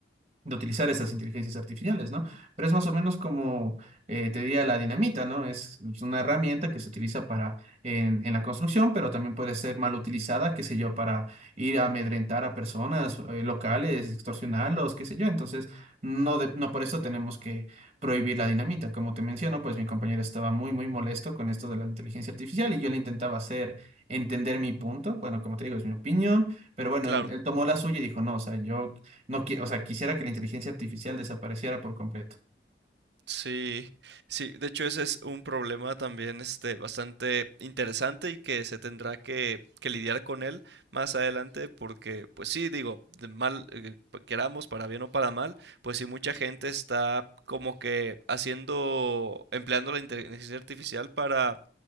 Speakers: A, on the right (about 35°); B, on the right (about 65°).
A: de utilizar esas inteligencias artificiales, ¿no? Pero es más o menos como eh, te diría la dinamita, ¿no? Es, es una herramienta que se utiliza para en, en la construcción, pero también puede ser mal utilizada, qué sé yo, para ir a amedrentar a personas eh, locales, extorsionarlos, qué sé yo. Entonces, no, de- no por eso tenemos que prohibir la dinamita. Como te menciono, pues mi compañero estaba muy, muy molesto con esto de la inteligencia artificial y yo le intentaba hacer entender mi punto. Bueno, como te digo, es mi opinión, pero bueno,
B: Claro.
A: él, él tomó la suya y dijo, no, o sea, yo no, qui- o sea, quisiera que la inteligencia artificial desapareciera por completo.
B: Sí, sí, de hecho ese es un problema también este bastante interesante y que se tendrá que, que lidiar con él más adelante porque pues sí, digo, de mal eh, pa- queramos para bien o para mal, pues sí mucha gente está como que haciendo empleando la inteligencia artificial para